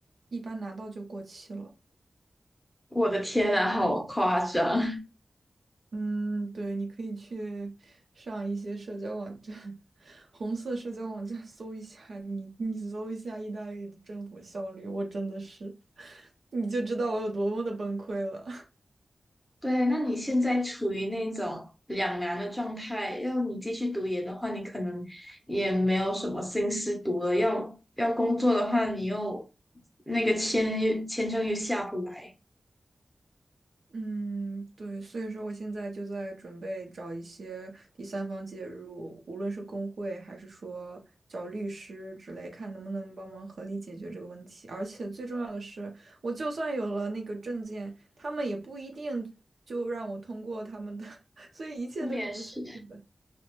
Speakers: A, on the right (about 65°); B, in the centre.
A: 一般拿到就过期了。
B: 我的天啊，好夸张！
A: 嗯，对，你可以去上一些社交网站，<laughs> 红色社交网站搜一下，你你搜一下意大利的政府效率，我真的是，<laughs> 你就知道我有多么的崩溃了。
B: <laughs> 对，那你现在处于那种两难的状态，要你继续读研的话，你可能也没有什么心思读了；要要工作的话，你又那个签又签证又下不来。
A: 嗯，对，所以说我现在就在准备找一些第三方介入，无论是工会还是说找律师之类，看能不能帮忙合理解决这个问题。而且最重要的是，我就算有了那个证件，他们也不一定就让我通过他们的，<laughs> 所以一切都是不确定的。
B: 面试。